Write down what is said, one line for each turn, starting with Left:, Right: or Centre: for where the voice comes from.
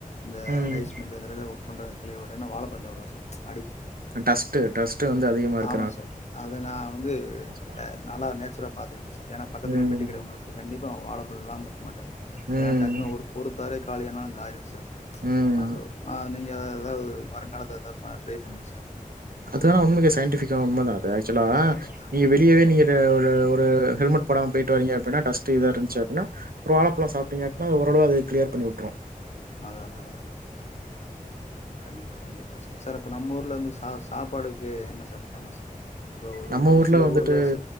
Left: இந்த
Right: ம்.
Left: ரைஸ் மில்லு இதுலெல்லா ஒர்க் கொன்ற கிழியோட நா வாழப்பழஞ் சாப்புடுவ சார் ம்ச்
Right: டஸ்ட்டு டஸ்ட்டு வந்து அதிகமா இருக்
Left: ஆமா சார் அதுல நா வந்து
Right: சார்.
Left: நால்லா நேச்சுரா பாத்துருக்க சார் ஏன்னா பக்கத்துலயே
Right: ம்.
Left: பெட்டிக்கடை ஒன்னு இருக்கு கண்டிப்பா அவுங்க வாழப்பழோ இல்லாம இருக்க மாட்டார்
Right: ம்.
Left: ஏன்னா டக்குன்னு ஒரு ஒரு தர காலைய ஏன்னாங் ஆயிரு சார்
Right: ம்.
Left: அது அ நீங்க எதா எதாது வருங்காலத்து எதா ட்ரை பண்ணுங்க சார்
Right: அதான உண்மைக்கு சைன்டிஃபிக் கிஜோ உண்மதா அது ஆக்சுலா
Left: அதான்
Right: நீங்க வெளியவே
Left: அதான் சார்
Right: நீங்கட ஒரு ஒரு ஹெல்மெட் போடாம் போயிட்டு வரீங்க அப்பின்னா டஸ்ட் இதா இருச்சி அப்பின்னா வாழப்பளோ சாப்ட்டீங்க அப்பிடின்னா ஓரளவு அது கிளியர் பண்ணிவிட்ரு
Left: அத அத அத கண்டிப்பா கண்டிப்பா சார் சார் அப்ப நம்ம ஊர்ல வந்து சா ஆ சாப்பாடுக்கு என்ன சார் ஃபேமஸ் இப்போ ஒரு
Right: நம்ம
Left: ஒரு
Right: ஊர்ல
Left: சில
Right: வந்துட்டு
Left: ச